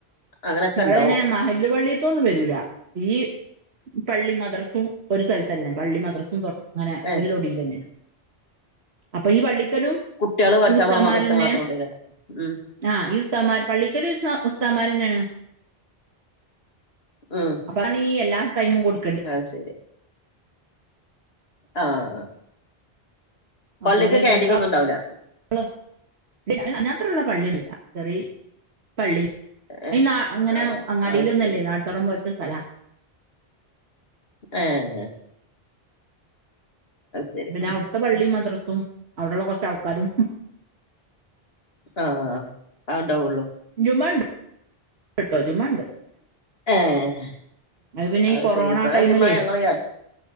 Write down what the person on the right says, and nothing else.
ഇവിടെ
പിന്നെ മഹല് പള്ളിത്തൊന്നും വരൂല ഈ പള്ളി മദ്രസും ഒരു സ്ഥലത്ത് തന്നെ പള്ളി മദ്രസും തൊ അങ്ങനെ
ഒരു തൊടിൽ തന്നെയാ അപ്പൊ ഈ പള്ളിക്കലും
ഈ ഉസ്താമാരെന്നെ
ആഹ് ഈ ഉസ്താൻമാർ പള്ളിക്കലും ഉ ഉസ്താൻമാര് തന്നെയാണ്
ഇബിട നീ എല്ലാ ടൈമും കൊടു
അപ്പൊ
ഓല്
രണ്ടാ
<unintelligible> അതിന് മാത്രമുള്ള പള്ളിയൊന്നുമില്ല ചെറി പള്ളി
ന അങ്ങനെ
അങ്ങാടിയിലൊന്നല്ലേ
നാട്ടത്തുറം പോലത്തെ സ്ഥലം
പിന്നെ അവിടുത്തെ പള്ളിും മദ്രസും അവിടെള്ള കുറച്ച ആൾക്കാരും
ജുമുമണ്ട് ട്ടോ ജുമുമണ്ട്
പിന്നെ
ഈ കൊറോണ
ടൈമിലേ